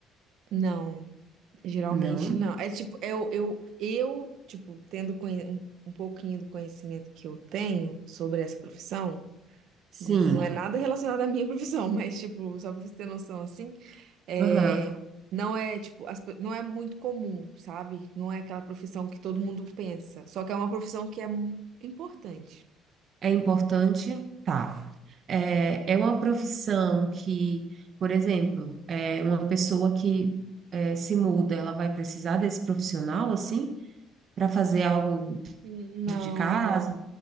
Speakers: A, on the right (about 70°); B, on the right (about 50°).
A: Não, geralmente
B: Não.
A: não. É tipo, eu, eu, eu tipo, tendo conhe- um, um pouquinho do conhecimento que eu tenho sobre essa profissão. N-
B: Sim.
A: Não é nada relacionado à minha profissão, <laughs> mas, tipo, só pra você ter noção, assim, é,
B: Aham.
A: não é, tipo, as pe- não é muito comum, sabe? Não é aquela profissão que todo mundo pensa. Só que é uma profissão que é mu- importante.
B: É importante? Tá. É, é uma profissão que, por exemplo, é uma pessoa que é, se muda, ela vai precisar desse profissional, assim, para fazer algo
A: N- Não,
B: dentro de casa?
A: não,